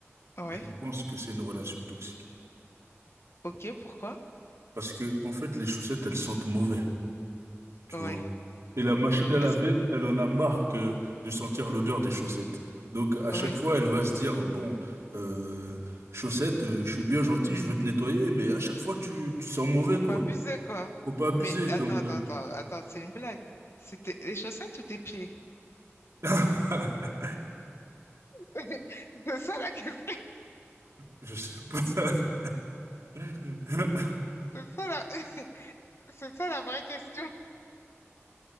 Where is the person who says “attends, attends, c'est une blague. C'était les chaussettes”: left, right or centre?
Left